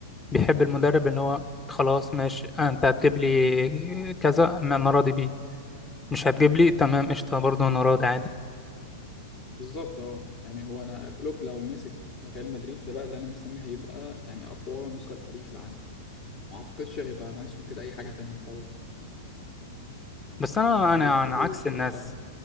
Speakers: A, on the left; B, on the left.
A: بيحب المدرب اللي هو خلاص ماشي انت هتجيب لي كذا ما انا راضي بيه مش هتجيب لي تمام قشطه برضو انا راضي عادي
B: بالظبط اه يعني هو انا كلوب لو مسك ريال مدريد ده بقى اللي انا مستني هيبقى يعني اقوى نسخه للفريق في العالم ما اعتقدش هيبقى ناقصهم كده اي حاجه تانية خلاص
A: بس انا
B: آه، ويجيبوا
A: انا انا عكس
B: خط
A: الناس
B: دفاع